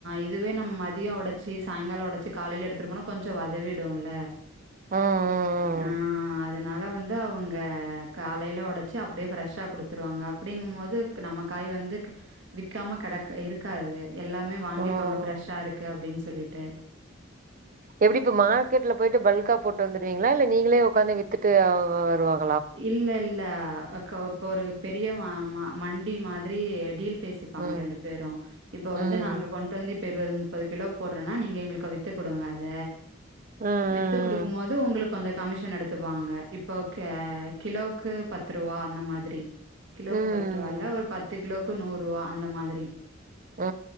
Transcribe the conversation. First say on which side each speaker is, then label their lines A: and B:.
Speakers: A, on the right; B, on the right.
A: இதுவே நம் மதியம் ஒடச்சு சாயங்காலம் ஒடச்சு காலைல எடுத்துட்டு போனா கொஞ்சம் வதவிடும்ல
B: ம் ம்
A: ஆ அத் அதனால வந்து அவங்க காலைல ஒடச்சு அப்டியே ஃப்ரெஷ்ஷா குடுத்துருவாங்க அப்டிங்கும்போது நம்ம காய் வந்து விக்காம கெடக் இருக்காது எல்லாமே வாங்கி
B: ம் ம்
A: ஷா இருக்கு அப்டின் சொல்லிட்டு
B: எப்டி இப்ப மார்க்கெட்ல போயிட்டு பல்கா போட்டு வந்துருவீங்ளா இல்ல நீங்களே உக்காந்து வித்துட்டு வா வருவாங்
A: இல்லல்ல அக்கா இப்ப ஒரு பெரிய ம ம மண்டி மாதிரி டீல் பேசிப்பாங்க
B: ம்
A: ரெண்டு பேரும் இப்ப
B: ம்
A: வந்து நாங்க கொண் வந்திப் இருவ முப்பது கிலோ போட்றேன்னா நீங்க எங்களுக்கு வித்து குடுங்க அத
B: ம்
A: வித்து குடுக்குமோது உங்ளுக் கொஞ்சோ கமிஷன் எடுத்துக்வாங்க இப்ப கே கிலோக்கு பத்து ருவா அந்த மாதிரி கிலோக்கு
B: ம்
A: பத்து ருவால்ல ஒரு பத்து கிலோக் கு நூறுவா அந்த மாதிரி
B: ம் ம் ம்